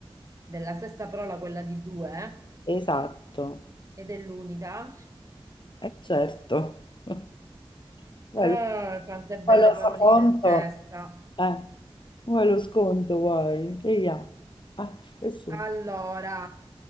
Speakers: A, on the right; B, on the left.
A: Della sesta parola, quella di due,
B: Esatto,
A: eh? Ed è l'unica.
B: è certo. <laughs> Vuoi
A: Ah,
B: lo,
A: quante belle
B: vuoi lo
A: paroline
B: sconto?
A: in testa.
B: Eh, vuoi lo sconto, vuoi? E ia. Ah, e su.
A: Allora,